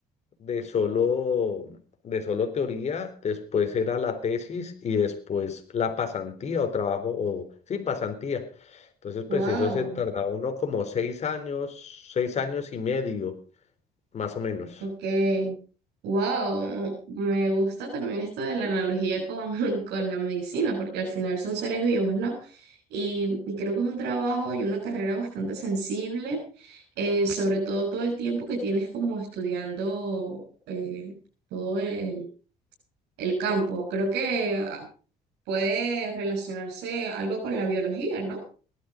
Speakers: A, on the left; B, on the right.
A: de solo, de solo teoría, después era la tesis y después la pasantía o trabajo, o sí, pasantía. Entonces
B: Wow.
A: pues eso se tardaba uno como seis años, seis años y medio, más o menos.
B: Ok, wow, me gusta también esto de la analogía con, <laughs> con la medicina, porque al final son seres vivos, ¿no? Y, y creo que es un trabajo y una carrera bastante sensible, eh, sobre todo todo el tiempo que tienes como estudiando eh, todo el, el campo. Creo que ah, puede relacionarse algo con la biología, ¿no?